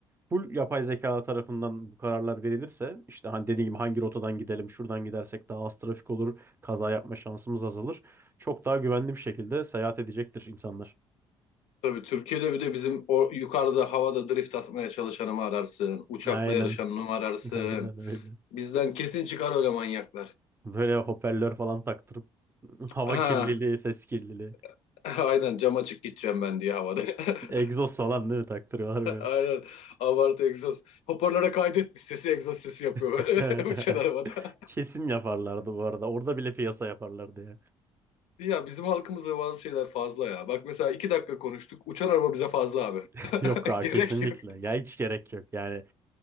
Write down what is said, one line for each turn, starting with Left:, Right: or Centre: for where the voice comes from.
Right: full yapay zeka tarafından bu kararlar verilirse işte hani dediğim gibi hangi rotadan gidelim, şuradan gidersek daha az trafik olur, kaza yapma şansımız azalır. Çok daha güvenli bir şekilde seyahat edecektir insanlar.
Left: Tabii Türkiye'de bir de bizim o yukarıda havada drift atmaya çalışanı mı ararsın? Uçakla
Right: Aynen.
Left: yarışanı mı ararsın?
Right: <laughs> Aynen öyle.
Left: Bizden kesin çıkar öyle manyaklar.
Right: Böyle hoparlör falan taktırıp <laughs> hava
Left: Ha,
Right: kirliliği, ses kirliliği.
Left: <laughs> aynen cam açık gideceğim ben diye havada.
Right: Egzoz
Left: <laughs>
Right: falan değil mi taktırıyorlar böyle.
Left: Aynen abartı egzoz. Hoparlöre kaydetmiş sesi egzoz sesi yapıyor
Right: <laughs>
Left: böyle <laughs> uçan arabada.
Right: Kesin yaparlardı bu arada. Orada bile piyasa yaparlardı ya.
Left: Ya bizim halkımızda bazı şeyler fazla ya. Bak mesela iki dakika konuştuk uçan araba bize fazla abi.
Right: <laughs> Yok
Left: <laughs>
Right: abi
Left: Gerek
Right: kesinlikle.
Left: yok.
Right: Ya hiç gerek yok. Yani